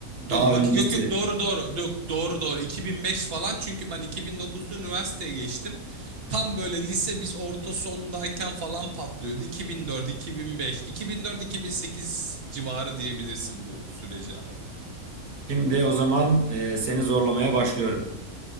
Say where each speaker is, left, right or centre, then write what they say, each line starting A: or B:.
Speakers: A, on the right (about 85°); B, on the right (about 45°).
A: Daha
B: Dur bak
A: öncesi.
B: yok yok doğru doğru. Yok doğru doğru. 2005 falan çünkü ben 2009'da üniversiteye geçtim. Tam böyle lise biz orta sondayken falan patlıyordu. 2004, 2005, 2004, 2008 civarı diyebilirsin bu süreci abi.
A: Şimdi o zaman e, seni zorlamaya başlıyorum.